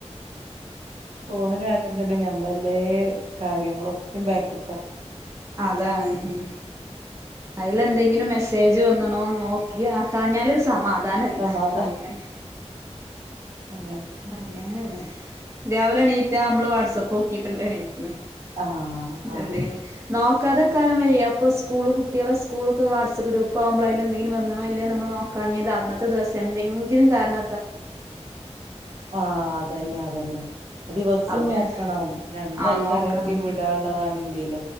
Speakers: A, on the right; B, on the right.
A: പോണ കാരണം തന്നെ ഞമ്മളല്ലേ. കാര്യങ്ങളൊക്കെ ബാക്കി
B: അതാണ് മ് അതിൽ എന്തെങ്കിലും മെസ്സേജ് വന്നണോന്ന് നോക്കി നോക്കഞ്ഞാലൊരു സമാധ് പ്രധാനല്ല
A: സമാധാനം
B: അങ്ങനെ
A: അങ്ങനത്തെ
B: അങ്ങനെയാണ്. രാവിലെ എണീറ്റാ അമ്മള് വാട്സപ്പോക്കീട്ടല്ലേ എണീക്
A: ആഹ് ആഹ്
B: എന്തെങ്കനും നോക്കാതക്കാനും വയ അപ്പോ സ്കൂള് കുട്ടികളെ സ്കൂളൊക്കെ വാട്സപ്പ് ഗ്രൂപ്പാകുമ്പോ അയ്ല് എന്തെങ്കിനും വന്ന്ണോ ഇല്ലേ എന്ന് നമ്മള് നോക്കാഞ്ഞാൽ അന്നത്തെ ദിവസം എന്തെങ്കിലും കാരണ
A: ആഹ് അതന്നെ അതന്നെ അത് ദിവസം
B: അപ്പൊ പിന്നെ
A: നോക്കണം രണ്ടാൾക്കാരെങ്കിലും
B: ആ നോക്കണം
A: വിടാണ് ള്ളതാണിന്റെ